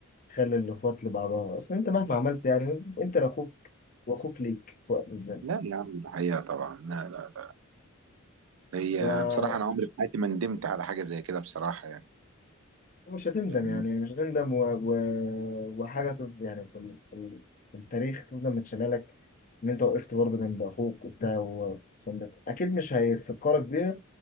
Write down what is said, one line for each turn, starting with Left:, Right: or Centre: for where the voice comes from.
Left: خلي الاخوات لبعضها اصل انت مهما عملت يعني انت لاخوك واخوك ليك في وقت الزمن
Right: لا يا عم الحقيقه طبعا لا لا هي
Left: فمش
Right: بصراحة أنا عمري في حياتي ما ندمت على حاجة زي كده بصراحة يعني
Left: هتندم
Right: فاهمني
Left: يعني مش هتندم و... و... وحاجه تف- يعني في ال- في ال- في التاريخ تفضل متشاله لك ان انت وقفت برضه جنب اخوك وبتاع وسندك اكيد مش هيفكرك بيها